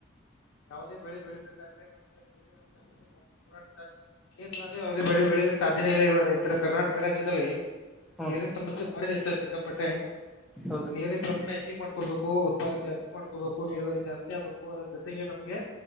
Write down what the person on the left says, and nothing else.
ಯಾವದೇ ಬೆಳೆ ಬೆಳಿಬೇಕಾದ್ರೆ ನಮಗೆ ದೇಯಾ. <unintelligible> ನೀರಇರಲಾರದ ಇವರಿಗೆ ಯಾವುದೇ ಬಳಿ ಬೆಳೆಯಲಿಕ್ಕೆ ಸಾಧ್ಯನ ಇಲ್ಲ ಇವ ರೈತರ ಕರ್ನಾಟಕ <inaudible> ರಾಜ್ಯದಲ್ಲಿ
ನೀರಿನ
ಸಮಸ್ಯೆ ಬಾಳ ಇದೆ ಸರ್ ಸಿಕ್ಕಾಪಟ್ಟೆ <inaudible>
ನೀರಿನ. ಪ್ರಮಾಣ ಹೆಚ್ಚಿಗೆ ಮಾಡ್ಕೋಬೇಕು ಉತ್ಪಾದನೆ ಜಾಸ್ತಿ ಮಾಡ್ಕೋಬೇಕು ಇಳೆವರಿ ಜಾಸ್ತಿ ಆಗ್ಬೇಕು ಅದ್ರ ಜೊತೆಗೆ ನಮ್ಗೆ